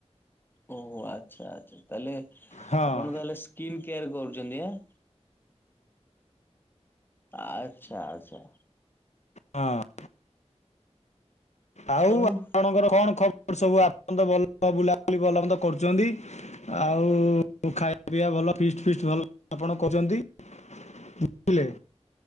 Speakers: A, on the left; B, on the left.
A: ଓହୋ ଆଚ୍ଛା ଆଚ୍ଛା ତାହଲେ
B: ହଁ
A: ଆପଣ ତାହେଲେ ସ୍କିନ୍ କେୟାର କରୁଚନ୍ତି ଆ? ତା ଆଚ୍ଛା ଆଚ୍ଛା।
B: ହଁ। ଆଉ
A: ହଉ
B: ଆପଣଙ୍କର କଣ ଖବର ସବୁ ଆପଣ ତ ଭଲ ବୁଲାବୁଲି ଭଲମନ୍ଦ କରୁଚନ୍ତି? ଆଉ ଖାଇବା ପିଇବା ଭଲ ଫିଷ୍ଟ ଫିଷ୍ଟ ଭଲ ଆପଣ କଚନ୍ତି। ଉହୁଲେ